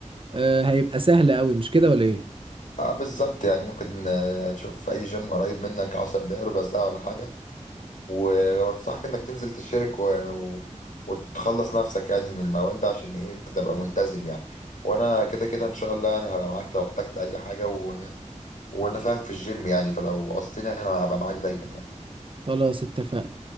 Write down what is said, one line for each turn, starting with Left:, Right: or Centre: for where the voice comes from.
Right: آه، هيبقى سهل قوي مش كده ولا ايه
Left: اه بالظبط يعني ممكن آه، تشوف في اي جيم قريب منك 10 دقايق ربع ساعه ولا حاجه و- وانصحك انك تنزل تشترك و... و... وتخلص نفسك يعني من الموال ده عشان ايه انت تبقى ملتزم يعني وانا كده كده ان شاء الله يعني هبقى معاك لو احتجت اي حاجه و... وانا فاهم في الجيم يعني فلو عوزتني انا هبقى معاك دايما يعني
Right: خلاص اتفقنا